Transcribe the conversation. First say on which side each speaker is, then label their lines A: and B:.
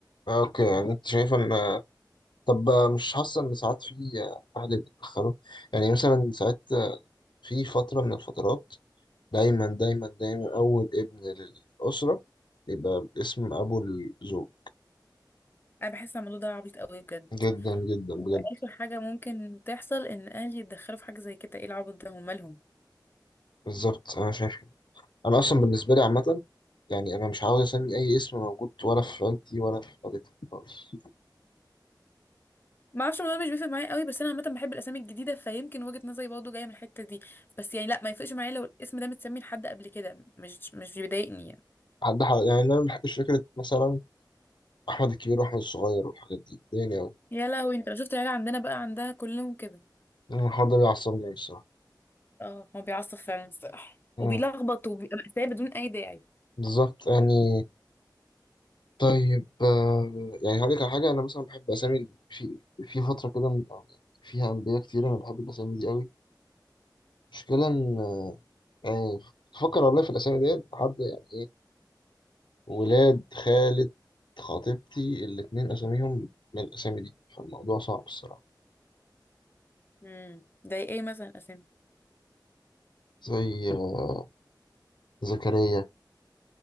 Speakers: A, on the left; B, on the left.
A: آه اوكي يعني انت شايف ان طب آه، مش حاسة ان ساعات في آه، اهل بيتدخلوا يعني مثلا ساعات آه، في فترة من الفترات دايما دايما دايما أول ابن للأسرة يبقى باسم أبو الزوج
B: انا بحس إن الموضوع ده عبيط قوي بجد
A: جدا جدا
B: واخر
A: بجد
B: حاجه ممكن تحصل ان اهلي يتدخلوا في حاجه زي كده ايه العبط ده هم مالهم
A: بالظبط أنا شايف كده أنا أصلا بالنسبة لي عامة يعني أنا مش عاوز أسمي أي اسم موجود ولا في عيلتي ولا في عيلتي خالص
B: ما اعرفش الموضوع مش بيفرق معايا قوي بس انا عامه بحب الاسامي الجديده فيمكن وجهه نظري برضه جايه من الحته دي بس يعني لا ما يفرقش معايا لو الاسم ده متسمي لحد قبل كده مش مش بيضايقني يعني
A: حد ح... يعني أنا ما بحبش فكرة مثلا أحمد الكبير وأحمد الصغير والحاجات دي يعني أوي
B: يا لهوي انت لو شفت العيله عندنا بقى عندها كلهم كده
A: أنا الحوار ده بيعصبني أوي الصراحة
B: اه هو بيعصب فعلا الصراحه
A: أمم،
B: وبيلخبط وبيبقى مأساة بدون اي داعي
A: بالظبط يعني طيب آه، يعني هقول لك على حاجة أنا مثلا بحب أسامي في في فترة كده من- أو يعني فيها أنبياء كتير أنا بحب الأسامي دي أوي مشكلة إن يعني تفكر والله في الأسامي ديت حد يعني إيه ولاد خالة خطيبتي الاتنين أساميهم من الأسامي دي فالموضوع صعب الصراحة
B: امم زي ايه مثلا اسامي
A: زي آه، زكريا